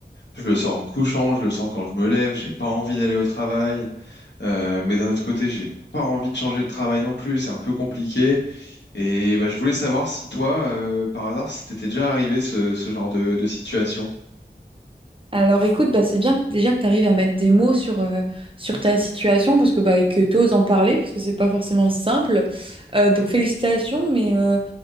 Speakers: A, on the left; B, on the right.
A: Je le sens en me couchant, je le sens quand je me lève, j'ai pas envie d'aller au travail. Euh, mais d'un autre côté, j'ai pas envie de changer de travail non plus, c'est un peu compliqué. Et bah, je voulais savoir si toi, euh, par hasard, si t'étais déjà arrivé ce, ce genre de, de situation.
B: Alors écoute, bah, c'est bien que- déjà que tu arrives à mettre des mots sur, euh, sur ta situation parce que bah, et que tu oses en parler parce que c'est pas forcément simple. Euh, donc félicitations, mais euh,